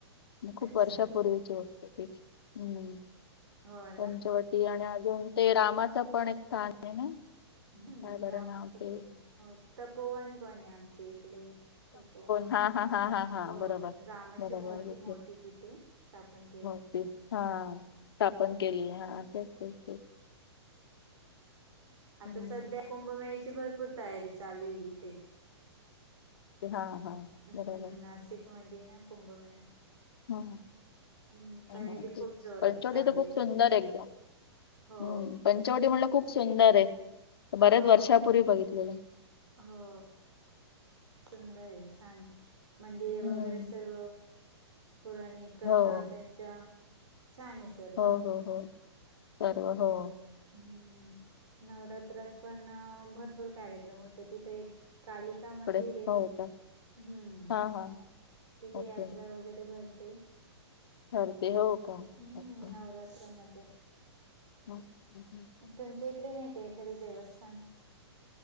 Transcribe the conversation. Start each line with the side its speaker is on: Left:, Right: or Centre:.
Left: खूप
Right: अच्छा
Left: वर्षापूर्वीची गोष्टय ती. हम्.
Right: हो
Left: पंचवटी
Right: ना
Left: आणि अजून ते रामाचं पण एक स्थान आहे ना.
Right: हम्म
Left: काय बरं
Right: रामाचं
Left: नाव ते
Right: पण हो तपोवन पण आहे आमच्या इकडे. तपोवन,
Left: हा हा हा हा हा
Right: हो
Left: बरोबर
Right: रामाची
Left: बरोबर
Right: मूर्ती
Left: इथे
Right: मोठी तिथे स्थापन केलीय.
Left: मूर्ती हा स्थापन केली हा तेच तेच तेच.
Right: आता
Left: हम्म
Right: सध्या कुंभमेळीची भरपूर तयारी चालूय इथे.
Left: ते- हा हा
Right: हम्म
Left: बरोबर
Right: नाशिक मध्येय ना कुंभमेळा.
Left: हं
Right: हम्म
Left: हं
Right: तयारी खूप जोरात
Left: पंचवटी
Right: चालू
Left: तर खूप
Right: आहे.
Left: सुंदर एकदम.
Right: हो
Left: हम्म, पंचवटी म्हणलं खूप सुंदरय बऱ्याच
Right: हो
Left: वर्षापूर्वी बघितलेलं.
Right: हो सुंदरय छानय. मंदिरे
Left: हम्म
Right: वगैरे सर्व पुराणिक कथा
Left: हो
Right: त्यांच्या. छानय सर्व.
Left: हो हो हो सर्व हो.
Right: हम्म नवरात्रात पण भरपूर कार्यक्रम होतात तिथे एक कालिका
Left: इकडे
Right: मंदिरय
Left: हो का
Right: हम्म.
Left: हा हा.
Right: तिथे
Left: ओके
Right: यात्रा वगैरे भरते
Left: ठरते हो का
Right: हम्म
Left: ओके
Right: नवरा त्रमधे.
Left: मंग.
Right: तुमच्या इकडे नाही काय एखादे देवस्थान?